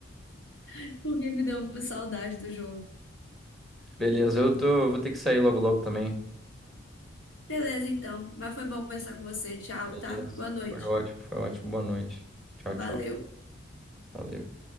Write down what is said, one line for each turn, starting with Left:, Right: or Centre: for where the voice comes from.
Left: <laughs> porque me deu saudade do jogo.
Centre: Beleza, eu tô, eu vou ter que sair logo logo também.
Left: Beleza, então. Mas foi bom conversar com você. Tchau,
Centre: Beleza.
Left: tá? Boa noite.
Centre: Foi ótimo, foi ótimo. Boa noite. Tchau, tchau.
Left: Valeu.
Centre: Valeu.